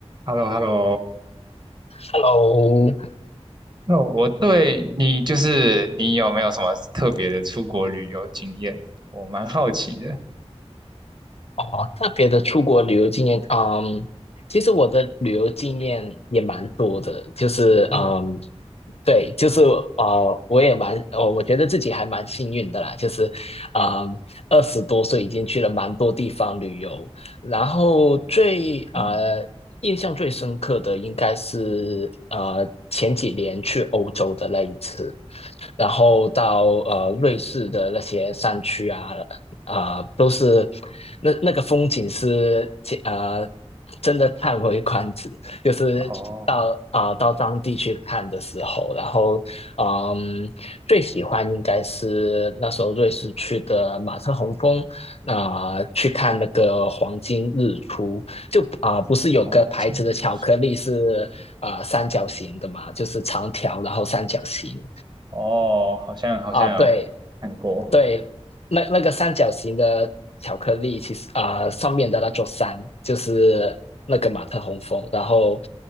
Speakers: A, on the right (about 40°); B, on the left (about 65°).
A: h e l l o h e l l o
B: Hello，
A: 那我对你就是你有没有什么特别的出国旅游经验？我蛮好奇的。
B: 哦，特别的出国旅游经验，嗯，其实我的旅游经验也蛮多的，就是，
A: 哦，
B: 嗯，对，就是，呃，我也蛮，呃，我觉得自己还蛮幸运的啦，就是，嗯，二十多岁已经去了蛮多地方旅游，然后最，
A: 嗯
B: 呃，印象最深刻的应该是，呃，前几年去欧洲的那一次。然后到呃瑞士的那些山区啊，啊、都是那那个风景是呃真的叹为观止，就是到啊、
A: 哦，
B: 到当地去看的时候，然后嗯最喜欢应该是那时候瑞士去的马特洪峰啊、去看那个黄金日出，就啊、不是有个牌子的巧克力是啊、
A: 哦，经历
B: 三角形的嘛，就是长条然后三角形，
A: 哦，好像好像有看过。
B: 啊，对对，那那个三角形的巧克力，其实啊、呃上面的那座山就是那个马特洪峰，然后